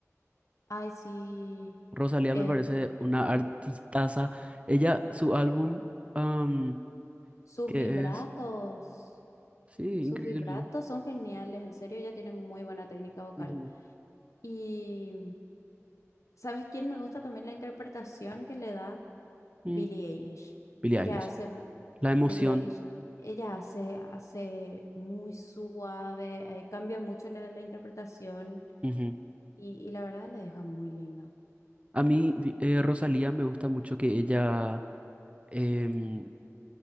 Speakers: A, on the left; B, on the right.
A: Ay, sí.
B: Rosalía
A: Em,
B: me parece una artistaza. Ella, su álbum, am,
A: sus
B: que
A: vibratos,
B: es, sí,
A: sus
B: increíble.
A: vibratos son geniales, en serio, ella tiene muy buena técnica vocal.
B: Ujú.
A: Y ¿sabes quién me gusta también la interpretación que le da? Billie
B: Mm.
A: Eilish.
B: Billie
A: Ella
B: Eilish.
A: hace,
B: La emoción.
A: Billie Eilish, ella hace, hace muy suave, eh, cambia mucho la, la interpretación
B: ujú.
A: y, y la verdad le deja muy linda.
B: A mí, vi- eh, Rosalía me gusta mucho que ella em,